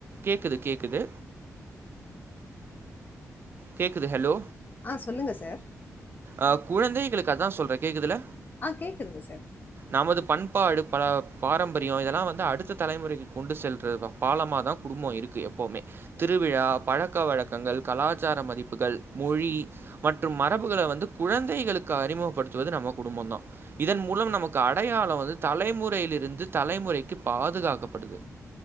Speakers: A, on the right; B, on the left.
A: கேக்குது கேக்குது கேக்குது ஹலோ
B: அஹ் சொல்லுங்க சார்
A: அஹ் குழந்தைகளுக்கு அதா சொல்றேன் கேக்குதுல
B: அஹ் கேக்குதுங்க சார்
A: நமது பண்பாடு பல பாரம்பரியம் இதெல்லாம் வந்து அடுத்த தலைமுறைக்கு கொண்டு செல்றது தா பாலமா தா குடும்பம் இருக்கு எப்பவுமே திருவிழா பழக்க வழக்கங்கள் கலாச்சார மதிப்புகள் மொழி மற்றும் மரபுகளை வந் குழந்தைகளுக்கு அறிமுகப்படுத்துவது நம்ம குடும்பம் தா இதன் மூலம் நமக்கு அடையாளம் வந்து தலைமுறையில் இருந்து தலைமுறைக்கு பாதுகாக்கப்படுது